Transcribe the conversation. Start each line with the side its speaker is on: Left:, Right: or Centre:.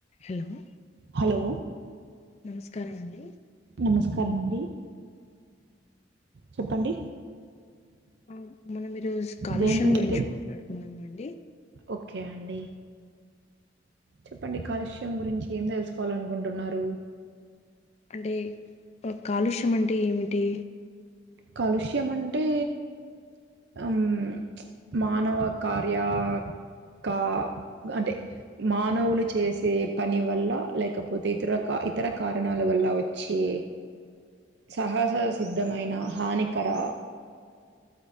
Left: Hello
Right: hello
Left: నమస్కారం అండి
Right: నమస్కారం అండి చెప్పండి
Left: ఆ మనం ఈరోజు కాలుష్యం
Right: దేని
Left: గురించి
Right: తె
Left: మాట్లాడుకుందామండి
Right: ఓకే అండి చెప్పండి కాలుష్యం గురించి ఏం తెలుసుకోవాలనుకుంటున్నారు
Left: అంటే ఒ కాలుష్యం అంటే ఏమిటి
Right: కాలుష్యం అంటే మ్ మానవ కార్య కా అంటే మానవులు చేసే పని వల్ల లేకపోతే ఇతర కా ఇతర కారణాల వల్ల వచ్చే సాహస సిద్ధమైన హానికర